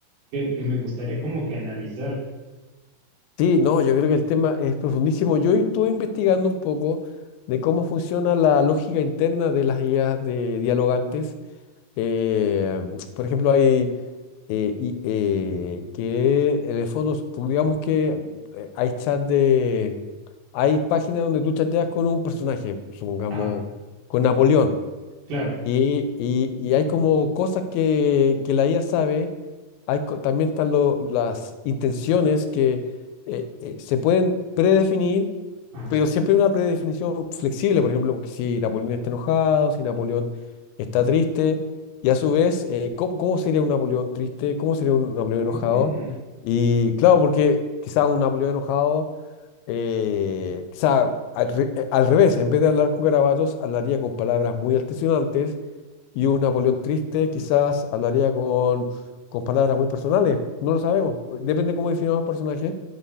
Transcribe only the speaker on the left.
Sí, no, yo creo que el tema es profundísimo. Yo estuve investigando un poco de cómo funciona la lógica interna de las guías de dialogantes. Eh, por ejemplo, hay eh, y- eh, que en el fondo, pues, digamos que eh, hay chat de, hay páginas donde tú chateas con un personaje, supongamos
con Napoleón,
y, y- y hay como cosas que, que la IA sabe hay, co- también están lo- las intenciones que eh, eh, se pueden predefinir,
pero siempre hay una predefinición flexible, por ejemplo, si Napoleón está enojado, si Napoleón está triste, y a su vez, eh, ¿cómo, cómo sería un Napoleón triste? ¿Cómo sería un Napoleón
enojado? Y claro, porque quizás un Napoleón enojado, eh, quizá al, re- eh, al revés, en vez de hablar con garabatos, hablaría con palabras muy altisonantes y un Napoleón triste quizás hablaría con, con palabras muy personales, no lo sabemos, depende cómo definamos el personaje.